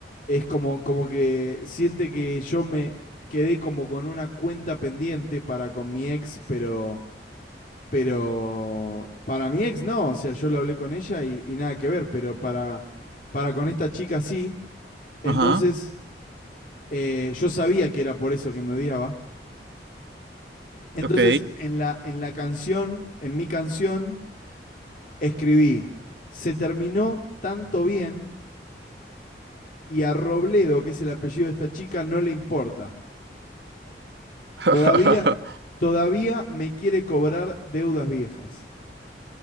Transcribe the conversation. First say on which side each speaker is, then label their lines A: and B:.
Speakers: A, on the left; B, on the right.
A: es como, como que siente que yo me quedé como con una cuenta pendiente para con mi ex, pero, pero para mi ex no, o sea, yo lo hablé con ella y, y nada que ver, pero para, para con esta chica sí. Entonces,
B: Ajá,
A: eh, yo sabía que era por eso que me odiaba. Entonces,
B: ok.
A: en la, en la canción, en mi canción, escribí, se terminó tanto bien y a Robledo, que es el apellido de esta chica, no le importa.
B: <laughs>
A: Todavía, todavía me quiere cobrar deudas viejas.